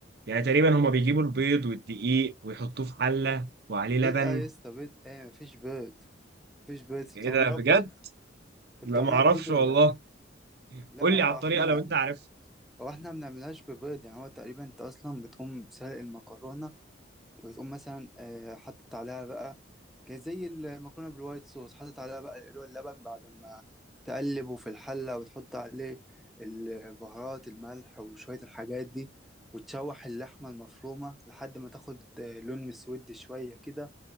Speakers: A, on the right (about 60°); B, in the centre.
A: يعني تقريبا هما
B: و-
A: بيجيبوا البيض والدقيق ويحطوه في حله وعليه
B: بيض
A: لبن
B: اه يا اسطى بيض ايه مفيش بيض مفيش بيض انت
A: ايه
B: بتعملها
A: ده بجد
B: بيض
A: لا
B: انت بتعملها
A: ما اعرفش
B: بيض ولا
A: والله
B: ايه؟ لا
A: قول
B: هو
A: لي على الطريقه
B: احنا
A: لو انت عارف
B: هو احنا ما بنعملهاش ببيض يعني هو تقريبا انت اصلا بتقوم سلق المكرونة وتقوم مثلا آه، حاطط عليها بقى ك- زي المكرونه بالوايت صوص حاطط عليها بقى اللي هو اللبن بعد ما تقلبه في الحله وتحط عليه البهارات الملح وشويه الحاجات دي وتشوح اللحمه المفرومه لحد ما تاخد آه، لون مسود شويه كده